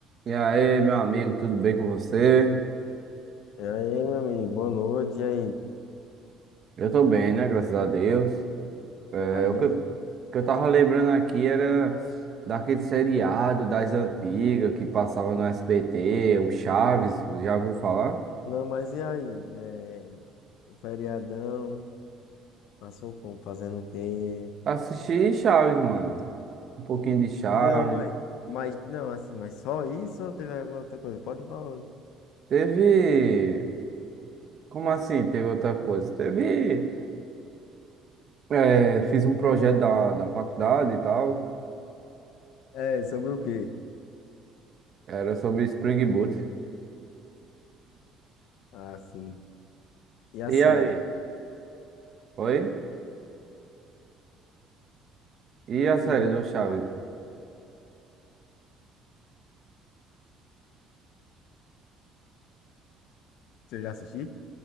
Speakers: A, on the right (about 40°); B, on the left (about 75°).
A: E aí, meu amigo, tudo bem com você?
B: E aí, meu amigo, boa noite. E aí,
A: Eu tô bem, né? Graças a Deus. É,
B: tá bem?
A: o que eu, o que eu tava lembrando aqui era daquele seriado das antigas que passava no SBT, o Chaves, já ouviu falar?
B: Não, mas e aí? É, o feriadão, passou como? Fazendo o quê?
A: Assisti Chaves, mano. Um pouquinho de Chaves.
B: Não, mas, mas, não, assim, mas só isso ou teve alguma outra coisa? Pode ir falando.
A: Teve. Como assim? Teve outra coisa? Teve. é, fiz um projeto da, da faculdade e tal.
B: É, sobre o quê?
A: Era sobre Spring Boot.
B: Ah, sim. E a
A: E
B: série?
A: aí? Oi? E a
B: Sim,
A: série
B: gosto
A: do Chaves?
B: de- você já assistiu?